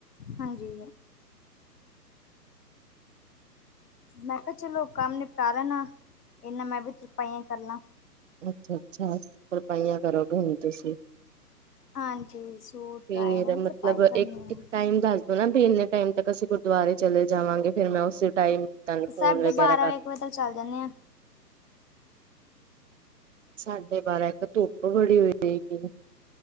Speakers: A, on the left; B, on the right.
A: ਹਾਂਜੀ ਮੈਂ ਕਿਆ ਚਲੋ ਕੰਮ ਨਿਪਟਾ ਲੈਣਾ ਇਹਨਾ ਮੈਂ ਵੀ ਤੁਰਪਾਈਆਂ ਕਰ ਲਾਂ।
B: ਅੱਛਾ-ਅੱਛਾ ਤੁਰਪਾਈਆਂ ਕਰੋਗੇ ਹੁਣ ਤੁਸੀਂ
A: ਹਾਂਜੀ ਸੂਟ
B: ਫੇਰ
A: ਟਾਏ ਨਾਲ
B: ਮਤਲਬ
A: ਤਰਪਾਈ
B: ਇੱਕ-ਇੱਕ
A: ਕਰਨੀ ਆ।
B: ਟਾਈਮ ਦਾ ਹੈ ਨਾ ਵੀ ਇੰਨੇ ਟੈਮ ਤੱਕ ਅਸੀਂ ਗੁਰੂਦੁਆਰੇ ਚਲੇ ਜਾਵਾਂਗੇ ਫੇਰ ਮੈਂ ਉਸੇ ਟਾਈਮ ਤੁਹਾਨੂੰ ਫੋਨ
A: ਸਾਢੇ
B: ਵਗੈਰਾ
A: ਬਾਰਾਂ
B: ਕਰ
A: ਵਜ ਇੱਕ ਵਜੇ ਤੱਕ ਚੱਲ ਜਾਂਦੇ ਆਂ
B: ਸਾਢੇ ਬਾਰਾਂ ਇੱਕ ਧੁੱਪ ਬੜੀ ਹੋਏਗੀ।